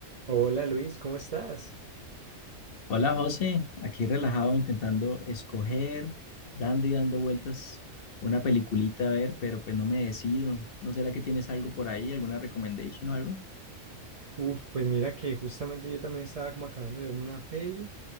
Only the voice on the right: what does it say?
Hola Luis, ¿cómo estás?
Uf, pues mira que justamente yo también estaba como acabando de verme una peli,